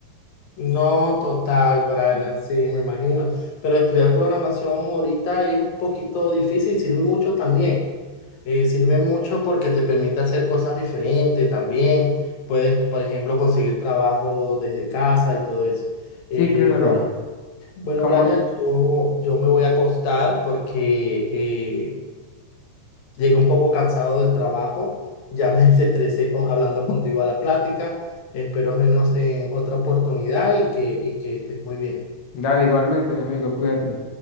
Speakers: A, on the left; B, on the left.
A: no, total, Brian, sí, me imagino. Pero estudiar programación ahorita es un poquito difícil, sirve mucho también. Eh, sirve mucho porque te permite hacer cosas diferentes también. Puedes, por ejemplo, conseguir trabajo desde casa y todo eso. Eh,
B: Sí, claro.
A: bueno, bueno,
B: Como,
A: Brian, yo, yo me voy a acostar porque eh, llegué un poco cansado del trabajo. Ya me <laughs> desestresé con, hablando contigo a la plática. Espero vernos en otra oportunidad y que, y que estés muy bien.
B: dale igualmente, mi amigo, cuídate.